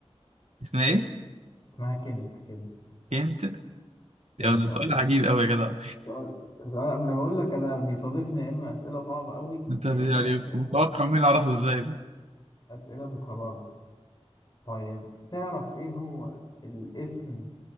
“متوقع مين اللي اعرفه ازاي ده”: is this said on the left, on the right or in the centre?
Right